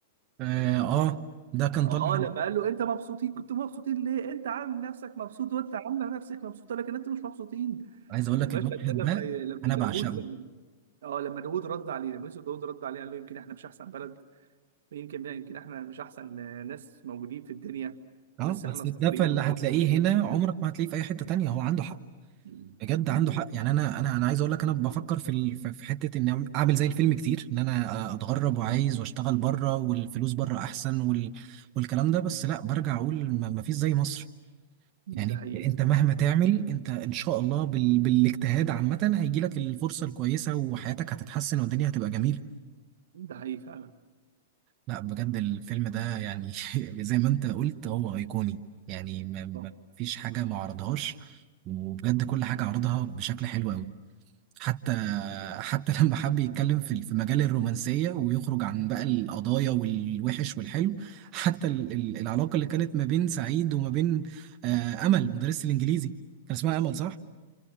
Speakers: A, on the right; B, on the right.
A: اه, آه ده كان
B: اه
A: طالع
B: لما قال له انت مبسوطين كنتوا مبسوطين ليه انت عامل نفسك مبسوط وانت عامله نفسك مبسوطه لكن انتوا مش مبسوطين
A: عايز اقول لك
B: المشهد
A: المشهد
B: ده
A: ده
B: لما لما
A: انا
B: داوود
A: بعشقه
B: لما اه لما داوود رد عليه لما يوسف داوود رد عليه قال له يمكن احنا مش احسن بلد يمكن يمكن احنا مش احسن ناس موجودين في الدنيا
A: اه
B: بس
A: بس
B: احنا صابرين
A: الدفى اللي
B: وكده
A: هتلاقيه
B: وكده
A: هنا
B: وكده.
A: عمرك ما هتلاقيه في اي حته تانية هو عنده حق
B: مم.
A: بجد
B: مم.
A: عنده حق يعني انا انا انا عايز اقول لك انا بفكر في ال- في في حته ان أعمل- اعمل زي الفيلم كتير ان انا آه، اتغرب وعايز واشتغل بره والفلوس بره احسن وال والكلام ده بس لا برجع اقول ما ما فيش زي مصر يعني
B: ده حقيقي
A: انت مهما تعمل انت ان شاء الله بال... بالاجتهاد عامة هيجي لك الفرصة الكويسة وحياتك هتتحسن والدنيا هتبقى جميلة
B: ده حقيقي فعلا
A: لا بجد الفيلم ده يعني <laughs> زي ما انت قلت هو ايقوني يعني ما... ما
B: آه
A: فيش حاجة ما عرضهاش وبجد كل حاجة عرضها بشكل حلو قوي حتى حتى <laughs> لما حب يتكلم في في مجال الرومانسية ويخرج عن بقى القضايا والوحش والحلو حتى ال... ال- العلاقة اللي كانت ما بين سعيد وما بين آه، أمل مدرسة الإنجليزي كان اسمها أمل صح؟